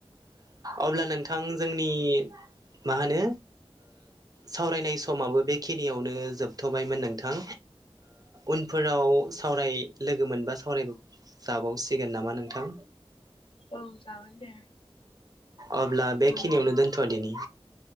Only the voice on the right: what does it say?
अब्ला नोंथां जोंनि मा होनो सावरायनाय समाबो बेखिनियावनो जोबथ'बायमोन नोंथां उनफोराव सावराय लोगो मोनबा सावराय जाबावसिगोन नामा नोंथां
अब्ला बेखिनियावनो
दोनथ' दिनि